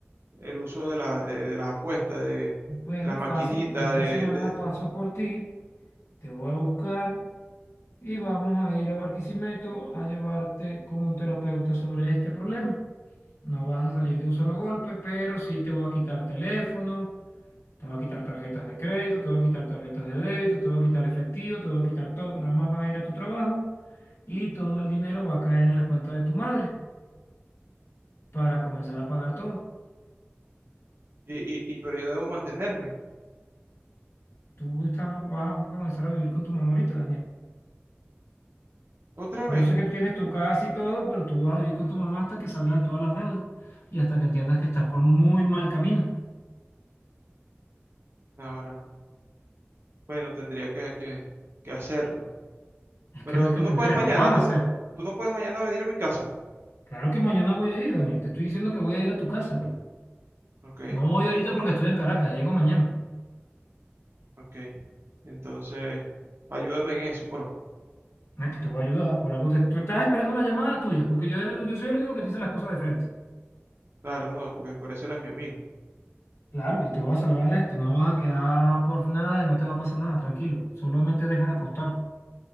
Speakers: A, on the right; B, on the left.
A: el uso de, la- de, de las apuestas, de,
B: Bueno,
A: de las maquinitas,
B: fácil. Esta
A: de,
B: semana
A: de-
B: paso por ti, te voy a buscar y vamos a ir a Barquisimeto a llevarte con un terapeuta sobre este problema. No vas a salir de un solo golpe, pero sí te voy a quitar teléfono, te voy a quitar tarjetas de crédito, te voy a quitar tarjetas de débito, te voy a quitar efectivo, te voy a quitar todo. Nada más vas a ir a tu trabajo y todo el dinero va a caer en la cuenta de tu madre para comenzar a pagar todo.
A: y, y- y- pero yo debo mantenerme.
B: Tú estás- vas a comenzar a vivir con tu mamá ahorita, Daniel.
A: ¿Otra
B: Yo
A: vez?
B: sé que tú tienes tu casa y todo, pero tú vas a vivir con tu mamá hasta que salgas de todas las deudas y hasta que entiendas que estás por muy mal camino.
A: Ahora, bueno, tendría que, que- que hacerlo.
B: Es
A: Pero
B: que no es
A: tú
B: que tendría,
A: no puedes mañana,
B: lo vas
A: tú
B: a hacer.
A: no, tú no puedes mañana venir a mi casa.
B: Claro que mañana voy a ir, Daniel. Te estoy diciendo que voy a ir a tu casa.
A: Ok,
B: No voy ahorita porque estoy en Caracas, llego mañana.
A: ok. Entonces, ayúdame en eso, por favor.
B: No es que te voy a ayudar, por algo te, tú estás esperando la llamada tuya, porque yo, era el- yo soy el único que te dice las cosas de frente.
A: Claro, no, porque por eso eres mi amigo.
B: Claro, y te voy a salvar de esto, no vas a quedar por nada y no te va a pasar nada, tranquilo. Solamente deja de apostar.